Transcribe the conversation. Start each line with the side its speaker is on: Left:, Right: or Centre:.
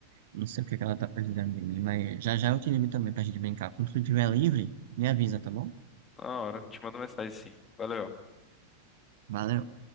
Right: Não sei o que que ela tá precisando de mim, mas já já eu te ligo também pra gente brincar. Quando tu estiver livre, me avisa, tá bom?
Left: Na hora. Te mando mensagem sim. Valeu.
Right: Valeu.